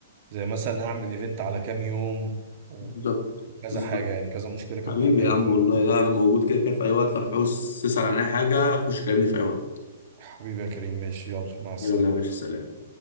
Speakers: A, on the right; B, on the left.
A: زي مثلا اعمل ايفنت على كام يوم و-
B: بالظبط
A: وكذا
B: بالظبط
A: حاجة يعني كذا مشكلة كانت
B: حبيبي
A: مقابلاني
B: يا عم
A: فاهم
B: والله لا انا موجود كده كده في اي وقت لو هتعوز تسأل عن اي حاجة خش كلمني في اي وقت
A: حبيبي يا كريم ماشي يلا مع السلامة
B: يلا يا باشا سلام